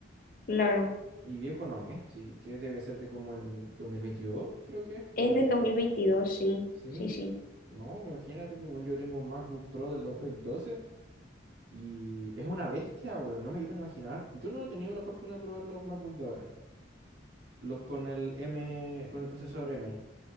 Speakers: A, on the left; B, on the right.
A: claro,
B: Y viejo no es, sí, que debe ser de como el 2022 creo que es,
A: es
B: weón.
A: del 2022, sí,
B: Sí,
A: sí, sí.
B: no, me imagínate, pues, weón, yo tengo un MacBook Pro del 2012 y es una bestia, weón, no me quiero ni imaginar. Yo no he tenido la fortuna de probar los MacBook de ahora, los con el M, con el procesador M.